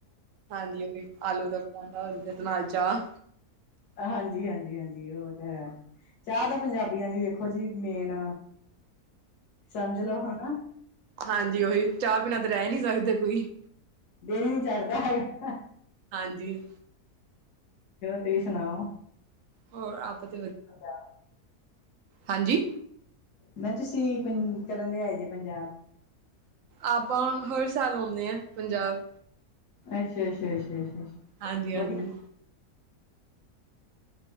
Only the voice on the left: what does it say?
ਹਾਂਜੀ, ਹਾਂਜੀ, ਹਾਂਜੀ ਉਹ ਤਾਂ ਹੈ। ਚਾਹ ਤਾਂ ਪੰਜਾਬੀਆਂ ਦੀ ਵੇਖੋ ਜੀ ਮੇਨ, ਸਮਝ ਲੋ ਹਨਾ।
ਦਿਨ ਹੀ ਨੀ ਚੜ੍ਹਦਾ ਹੈਗਾ
ਤੁਸੀਂ ਸੁਣਾਓ
ਹ <unintelligible>
ਮੈਂ ਤੁਸੀਂ ਪੰ ਕਦੋਂ ਦੇ ਆਏ ਜੇ ਪੰਜਾਬ
ਅੱਛਾ ਅੱਛਾ ਅੱਛਾ ਅੱਛਾ ਅੱਛਾ
ਵਧੀਆ